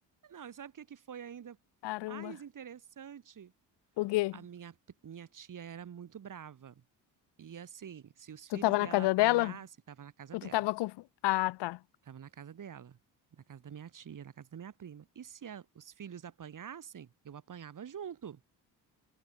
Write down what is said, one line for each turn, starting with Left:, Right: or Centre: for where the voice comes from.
Right: Não, e sabe o que que foi ainda
Left: Caramba.
Right: mais interessante?
Left: O quê?
Right: A minha, minha tia era muito brava. E assim, se os filhos
Left: Tu tava
Right: dela
Left: na casa
Right: apanhassem,
Left: dela?
Right: estava na casa
Left: Ou
Right: dela.
Left: tu tava com. Ah, tá.
Right: estava na casa dela, na casa da minha tia, na casa da minha prima. E se a- os filhos apanhassem, eu apanhava junto.